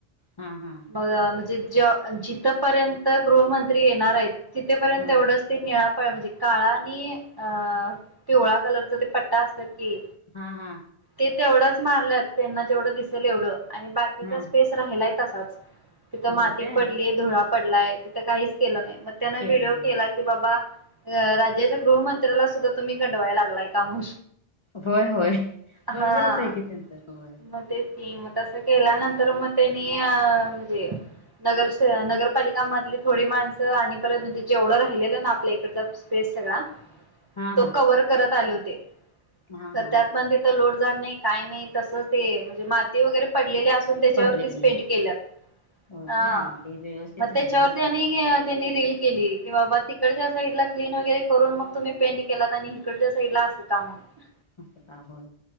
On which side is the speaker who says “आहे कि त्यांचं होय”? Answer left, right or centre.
Left